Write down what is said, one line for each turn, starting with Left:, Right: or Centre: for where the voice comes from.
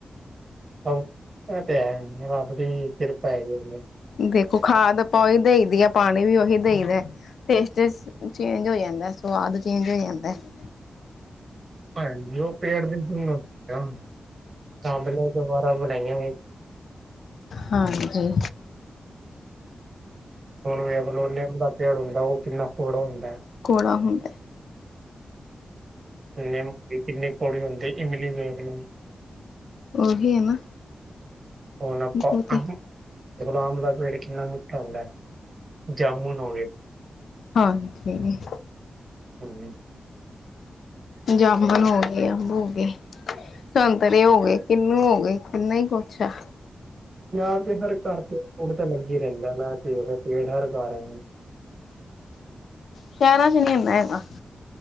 Right: <unintelligible> ਐਹ ਤੇ ਹੈ ਰੱਬ ਦੀ ਕਿਰਪਾ ਹੈਗੀ ਮੇ
Left: ਦੇਖੋ ਖਾ਼ਦ ਆਪਾਂ ਉਹੀ ਦੇਈ ਦੀ ਐ ਪਾਣੀ ਵੀ ਓਹੀ ਦੇਈ ਦਾ ਐ ਟੇਸਟੇਸ ਚੇਂਜ ਹੋ ਜਾਂਦਾ ਐ ਸਵਾਦ ਚੇਂਜ ਹੋ ਜਾਂਦਾ ਐ
Right: <unintelligible>
Left: ਹਾਂਜੀ
Right: ਹੁਣ ਵੇਖ਼ ਲੋ ਨਿੰਮ ਦਾ ਪੇੜ ਹੁੰਦਾ ਉਹ ਕਿੰਨਾ ਕੌੜਾ ਹੁੰਦਾ ਐ
Left: ਕੌੜਾ ਹੁੰਦ
Right: ਨਿੰਮ ਕਿੰ ਕਿੰਨੀ ਕੌੜੀ ਹੁੰਦੀ ਇਮਲੀ ਵੇਖ ਲੋ
Left: ਉਹੀ ਹੈ ਨਾ
Right: ਹੁਣ ਆਪਾਂ
Left: ਬਹੁਤੇ
Right: ਦੇਖਲੋ ਆਮ ਦਾ ਪੇੜ ਕਿੰਨਾ ਮਿੱਠਾ ਹੁੰਦਾ ਐ ਜਾਮੁਨ ਹੋ ਗੇ
Left: ਹਾਂ ਜੀ
Right: ਹੂੰ
Left: ਜਾਮਣ ਹੋ <unintelligible> ਅੰਬ ਹੋ ਗੇ ਸੰਤਰੇ ਹੋ ਗੇ ਕਿੰਨੂੰ ਹੋ ਗਏ ਕਿੰਨਾ ਈ ਕੁੱਛ ਆ
Right: ਪੰਜਾਬ ਦੇ ਹਰ ਘਰ ਚ ਫੁੱਲ ਤੇ ਲਗਿਆ ਈ ਰਹਿੰਦਾ <unintelligible> ਪੇੜ ਹਰ ਘਰ
Left: ਸ਼ਹਿਰਾਂ ਚ ਨਹੀਂ ਏਨਾ ਹੈਗਾ